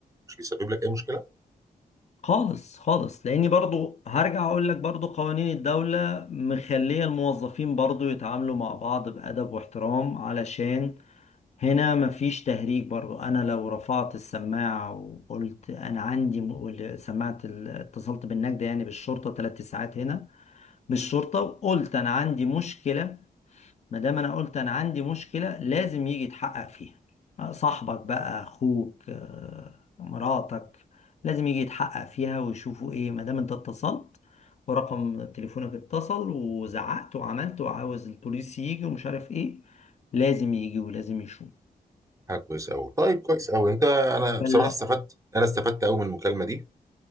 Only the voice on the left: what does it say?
خالص خالص لاني برضو هرجع اقول لك برضو قوانين الدولة مخلية الموظفين برضو يتعاملوا مع بعض بأدب واحترام علشان هنا مفيش تهريج برضو انا لو رفعت السماعة وقلت انا عندي م- وال- سماعة ال- اتصلت بالنجدة يعني بالشرطة ثلاث ساعات هنا بالشرطة وقلت انا عندي مشكلة ما دام انا قلت انا عندي مشكله لازم يجي يتحقق فيها آه، صاحبك بقى اخوك آه، مراتك لازم يجي يتحقق فيها ويشوفوا ايه ما دام انت اتصلت ورقم تليفونك اتصل وزعقت وعملت وعاوز البوليس يجي ومش عارف ايه لازم يجي ولازم يشوف
فال-